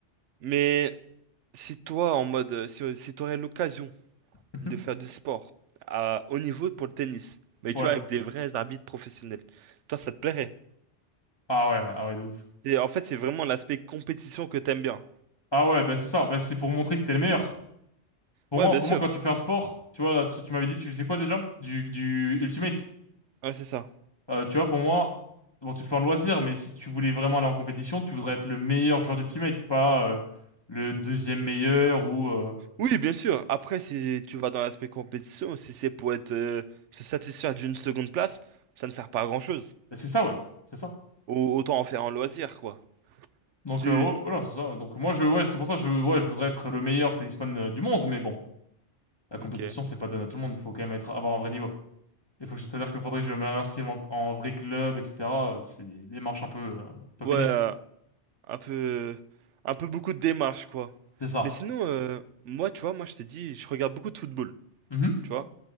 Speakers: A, on the right; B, on the left.
A: Mais si toi, en mode, euh, si, si t'aurais l'occasion
B: <laughs>
A: de faire du sport à haut niveau pour le tennis, mais
B: Ouais.
A: tu vois, avec des vrais arbitres professionnels, toi, ça te plairait?
B: Ah ouais, ah ouais, de ouf.
A: Et en fait, c'est vraiment l'aspect compétition que t'aimes bien.
B: Ah ouais, bah c'est ça, bah c'est pour montrer que t'es le meilleur. Pour
A: Ouais,
B: moi,
A: bien
B: pour
A: sûr.
B: moi, quand tu fais un sport, tu vois, là, tu, tu m'avais dit, tu faisais quoi déjà? Du, du Ultimate.
A: Ouais, c'est ça.
B: Euh, tu vois, pour moi, bon, tu le fais en loisir, mais si tu voulais vraiment aller en compétition, tu voudrais être le meilleur joueur du teammate, c'est pas euh, le deuxième meilleur ou. euh,
A: Oui, bien sûr. Après, si tu vas dans l'aspect compétition, si c'est pour être euh, se satisfaire d'une seconde place, ça ne sert pas à grand-chose.
B: bah, C'est ça, ouais, c'est ça.
A: Au- Autant en faire un loisir, quoi.
B: Donc
A: Tu...
B: euh, ouais, voilà, c'est ça. Donc moi, je, ouais, c'est pour ça, que je, ouais, je voudrais être le meilleur tennisman euh, du monde, mais bon, la compétition,
A: Ok.
B: c'est pas donné à tout le monde. Il faut quand même être, avoir un vrai niveau. Il faut, que je- c'est-à-dire qu'il faudrait
A: Et-
B: que je me réinscrive en, en vrai club, etc. C'est des démarches un peu, euh, un peu
A: Ouais,
B: pénibles.
A: euh, un peu... Un peu beaucoup de démarches, quoi.
B: C'est ça.
A: Mais sinon, euh, moi, tu vois, moi, je t'ai dit, je regarde beaucoup de football,
B: Mhm.
A: tu vois.